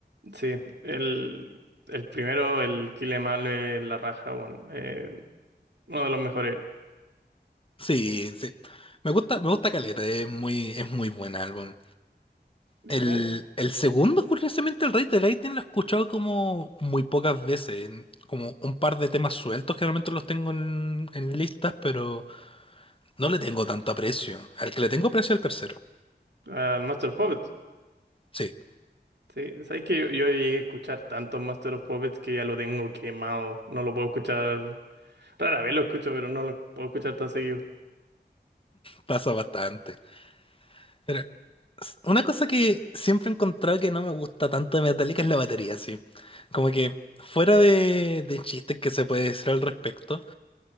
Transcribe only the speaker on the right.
Sí, el, el primero, el Kill Em All, eh, la raja, bueno, eh, uno de los mejores.
Es
como
al Master of Puppets.
Sí, sabes que yo, yo llegué a escuchar tantos Master of Puppets que ya lo tengo quemado. No lo puedo escuchar. Rara vez lo escucho, pero no lo puedo escuchar tan seguido.